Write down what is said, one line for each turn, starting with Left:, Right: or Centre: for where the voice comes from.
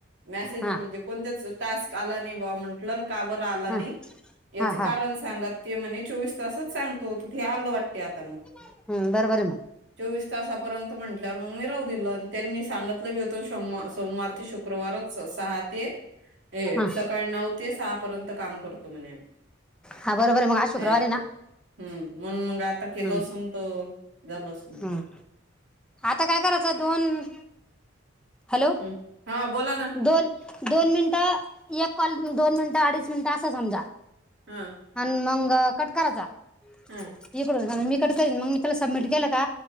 Right: मॅसेज
Centre: हा
Right: म्हणजे कोणतेच टास्क काल आणि बा म्हटलंन का बर आला नाही
Centre: हा
Right: याच
Centre: हा हा
Right: कारण सांगा ते म्हणे का चोवीस तासच सांगतो तू ते आलं वाट ते आता मग
Centre: हम्म बरोबर आहे मग
Right: चोवीस तासापर्यंत म्हणजे <unintelligible> मी राहू दिलं आणि त्यांनी सांगतलंय वेत तो शोमवार, सोमवार ते शुक्रवारच स-सहा ते ये
Centre: हा
Right: सकाळी नऊ ते ते सहा पर्यंत काम करतो म्हणे आम्ही
Centre: हा बरोबर ये मग आज शुक्रवार
Right: हे आपण
Centre: ये ना
Right: हम्म म्हणून मग आता केल
Centre: हम्म
Right: असून तो झाल असली
Centre: हम्म आता काय करायचं दोन हॅलो
Right: हम्म हा बोला ना
Centre: दोन दोन मिनिटं एक कॉल दोन मिनिटं अडीच मिनिटं असं समजा
Right: हा
Centre: अन मंग अ कट कराचा <unintelligible>
Right: हा
Centre: कट करीन मग मी तूला सबमिट केलं का